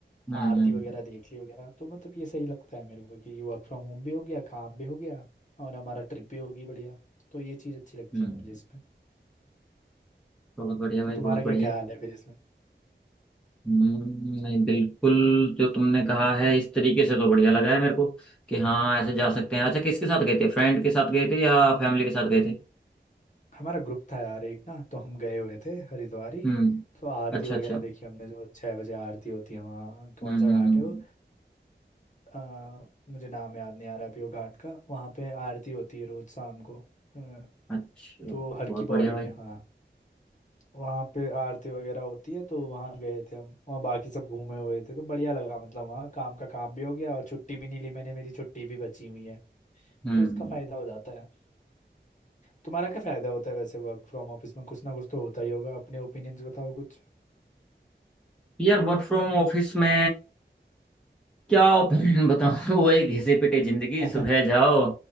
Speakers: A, in the centre; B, on the left.
A: हम्म
B: आरती
A: हम्म
B: वगैरह देख ली वगैरह तो मतलब ये सही लगता है मेरे को कि वर्क फ्रॉम होम भी हो गया काम भी हो गया और हमारा ट्रिप भी होगी बढ़िया तो ये चीज़ अच्छी लगती
A: हम्म
B: है मुझे इसमें
A: बहुत बढ़िया भाई
B: तो तुम्हारा
A: बहुत
B: क्या
A: बढ़िया
B: ख्याल है फिर इसमें
A: हम्म, नहीं बिल्कुल जो तुमने कहा है इस तरीके से तो बढ़िया लगा है मेरे को कि हाँ ऐसे जा सकते हैं अच्छा किसके साथ गए थे फ्रेंड के साथ गए थे या फैमिली के साथ गए थे
B: हमारा ग्रुप था यार एक ना तो हम गए हुए थे हरिद्वार ही
A: हम्म
B: तो आरती
A: अच्छा
B: वगैरह
A: अच्छा हम्म
B: देखी हमने जो छः बजे आरती होती है वहाँ कौन
A: हम्म
B: सा घाट
A: हम्म, हम्म।
B: है वो अ, मुझे नाम याद नहीं आ रहा अभी वो घाट का वहाँ पे आरती होती है रोज शाम को अ,
A: अच्छा
B: तो हर
A: बहुत
B: की पौड़ी
A: बढ़िया भाई
B: में हाँ वहाँ पे आरती वगैरह होती है तो वहाँ गए थे हम और बाकी सब घूमे हुए थे तो बढ़िया लगा मतलब वहाँ काम का काम भी हो गया और छुट्टी भी नहीं ली मैंने मेरी छुट्टी भी बची हुई है
A: हम्म
B: तो इसका फायदा हो जाता है तुम्हारा क्या फायदा होता है वैसे वर्क फ्रॉम ऑफिस में कुछ ना कुछ तो होता ही होगा अपने ओपिनियंस बताओ कुछ
A: यार वर्क फ्रॉम ऑफिस में क्या ओपिनियन बताऊं <laughs> वही घिसे पिटे जिंदगी
B: <laughs>
A: सुबह जाओ